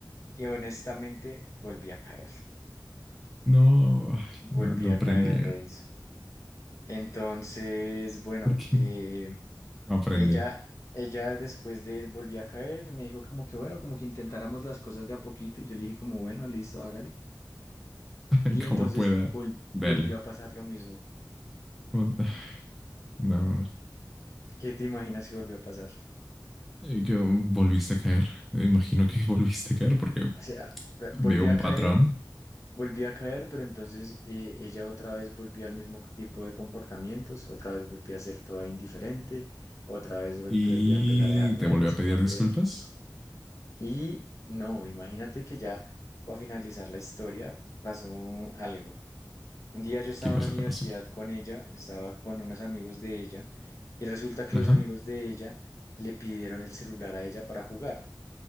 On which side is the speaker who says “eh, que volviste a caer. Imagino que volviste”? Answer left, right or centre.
Centre